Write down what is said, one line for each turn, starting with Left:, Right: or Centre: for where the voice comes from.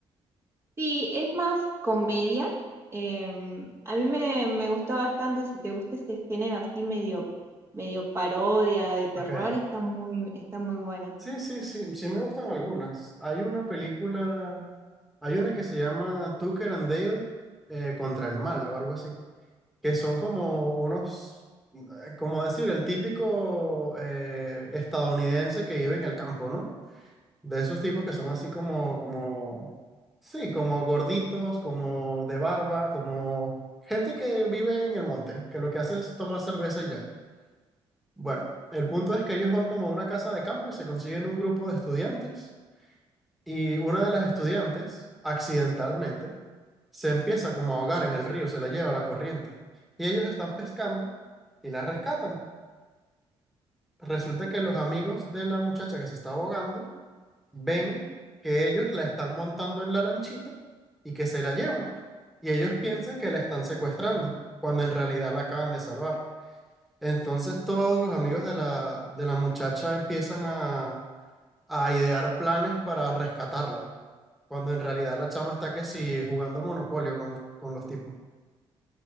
Right: Sí, es más comedia. Em, a mí me, me gustó bastante, si te gusta ese género así medio, medio parodia de terror,
Centre: Ok.
Right: está muy, está muy buena.
Centre: Sí, sí, sí, sí me gustan algunas. Hay una película, hay una que se llama Tucker and Dale eh, contra el mal o algo así, que son como unos eh, como decir, el típico eh, estadounidense que vive en el campo, ¿no? De esos tipos que son así como, como, sí, como gorditos, como de barba, como gente que vive en el monte, que lo que hace es tomar cerveza y ya. Bueno, el punto es que ellos van como a una casa de campo y se consiguen un grupo de estudiantes y una de las estudiantes, accidentalmente, se empieza como a ahogar en el río, se la lleva la corriente y ellos están pescando y la rescatan. Resulta que los amigos de la muchacha que se está ahogando ven que ellos la están montando en la lanchita y que se la llevan. Y ellos piensan que la están secuestrando, cuando en realidad la acaban de salvar. Entonces todos los amigos de la, de la muchacha empiezan a, a idear planes para rescatarla, cuando en realidad la chama está que sí jugando Monopolio con los, con los tipos.